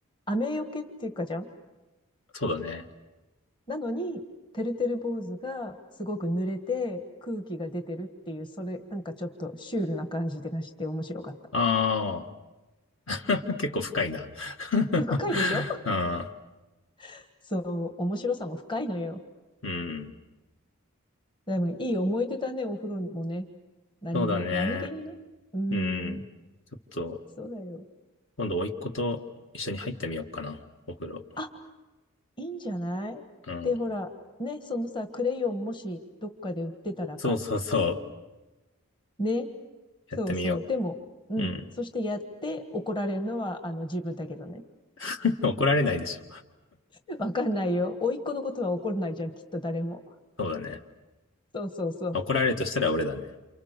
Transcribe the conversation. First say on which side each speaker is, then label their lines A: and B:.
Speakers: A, on the left; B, on the left.
A: 雨よけっていうかじゃん
B: そうだね。
A: なのに、てるてる坊主がすごく濡れて空気が出てるっていう、それなんかちょっとシュールな感じがして面白かった。
B: ああ。<laughs> 結構深いな <laughs>
A: <laughs> 深いでしょ
B: ああ
A: <laughs> そう、面白さも深いのよ。
B: うん。
A: でもいい思い出だね、お風呂もね。何が、
B: そうだね。
A: 何気にね。うん、
B: うん。ちょっと、
A: そうだよ。
B: 今度、甥っ子と一緒に入ってみようかな。お風呂。
A: あ、いいんじゃないで、
B: うん。
A: ほら、ね、そのさ、クレヨンもしどっかで売ってたら買って、
B: そうそうそう。
A: ね、
B: やってみよ
A: そうそう。でも、うん。
B: う。うん。
A: そしてやって怒られるのは、あの、自分だけどね。
B: <laughs> 怒られないでしょ。
A: <laughs> わかんないよ。甥っ子のことは怒らないじゃん、きっと誰も。
B: そうだね。
A: そうそうそう。
B: 怒られるとしたら俺だね。